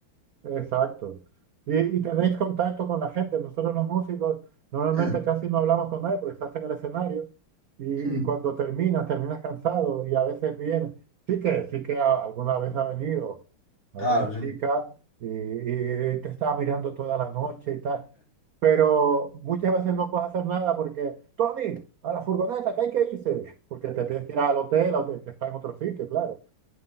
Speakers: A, on the right (about 70°); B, on the left (about 55°).
A: Exacto. Y, y tenéis contacto con la gente. Nosotros los músicos normalmente
B: Mm,
A: casi no hablamos con nadie porque estás en el escenario y,
B: mm,
A: y cuando terminas, terminas cansado y a veces viene. Sí que, sí que a- alguna vez ha venido alguna
B: Claro, sí.
A: chica y, y te estaba mirando toda la noche y tal. Pero muchas veces no puedes hacer nada porque, Tony, a la furgoneta, que hay que irse. Porque te tienes que ir al hotel, aunque- que que está en otro sitio, claro.